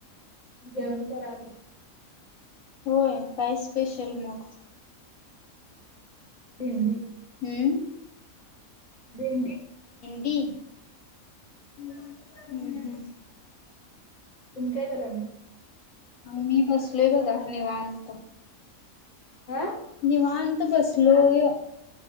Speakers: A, on the left; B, on the left.
A: जेवण करालय.
B: होय काय स्पेशल मग?
A: भेंडी!
B: हम्म.
A: भेंडी
B: डी हम्म हम्म <unintelligible>
A: तुम्ही काय करालय.
B: मी बसलोय बघा निवांत,
A: नाही. आ?
B: निवांत बसलोय.